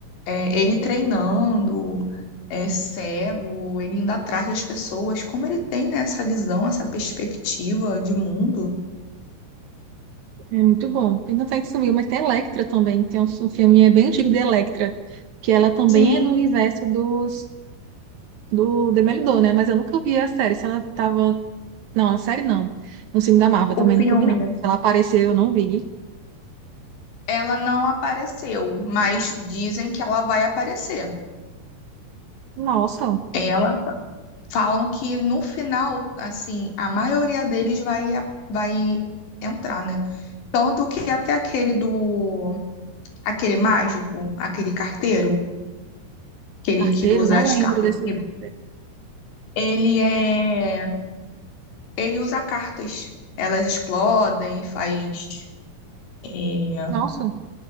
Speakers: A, on the left; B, on the right.
A: é, ele treinando, é cego, ele indo atrás das pessoas, como ele tem, né, essa visão, essa perspectiva de mundo.
B: É muito bom. E não sei se tu viu, mas tem Electra também. Tem um, um filme é bem antigo de Electra, que ela também
A: Sim,
B: é do universo dos, do Demolidor, né? Mas eu nunca vi a série. Se ela tava Não, a série não. No filme da Marvel
A: o
B: também
A: filme,
B: nunca vi, não.
A: né?
B: Se ela apareceu, eu não vi.
A: Ela não apareceu, mas dizem que ela vai aparecer.
B: Nossa,
A: Ela falam que no final, assim, a maioria deles vai vai entrar, né? Tanto que até aquele do Aquele mágico, aquele carteiro, aquele
B: carteiro,
A: que usa
B: não
A: as
B: lembro
A: cartas.
B: desse.
A: que-
B: filme.
A: Ele é. Ele usa cartas. Elas explodem, faz é,
B: Nossa,